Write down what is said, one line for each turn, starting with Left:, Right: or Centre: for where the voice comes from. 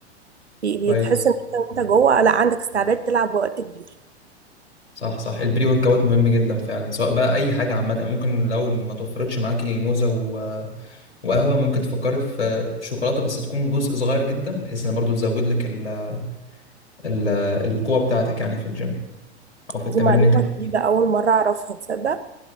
Right: بي-
Left: كويس
Right: بتحس إن أنت وأنت جوه لا عندك استعداد تلعب وقت كبير
Left: صح صح البري ورك اوت مهم جدا فعلا سواء بقى اي حاجه عامه ممكن لو ما توفرتش معاكي موزه و- وقهوه ممكن تفكري في شوكولاته بس تكون جزء صغير جدا بحيث ان برضو تزود لك ال- ال- القوه بتاعتك يعني في الجيم او في التمرين
Right: دي معلومة
Left: اللي انت فيه
Right: جديدة أول مرة أعرفها تصدق